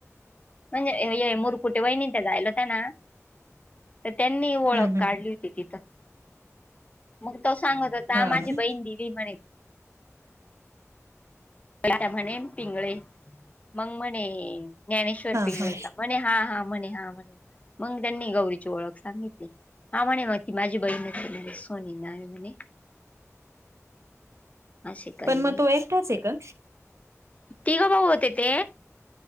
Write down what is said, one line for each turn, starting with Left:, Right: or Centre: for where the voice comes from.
Left: म्हणजे हे मुरकुटे वहिनी ते जायला त्या ना तर त्यांनी ओळख
Right: हम्म
Left: काढली
Right: हम्म
Left: होती तिथं मग तो सांगत होता
Right: हा
Left: माझी बहीण दिली म्हणे त्या म्हणे पिंगळे मग म्हणे ज्ञानेश्वर
Right: हा
Left: पिंगळे
Right: हा
Left: का म्हणे हा हा म्हणे हा म्हणे मग त्यांनी गौरीची ओळख सांगितलं, हा म्हणे मग ती माझी बहिणच ए, सोनी नाव आहे म्हणे असे काही
Right: पण मग
Left: आहे
Right: तो एकटाच आहे का?
Left: तिघं भाऊ होते ते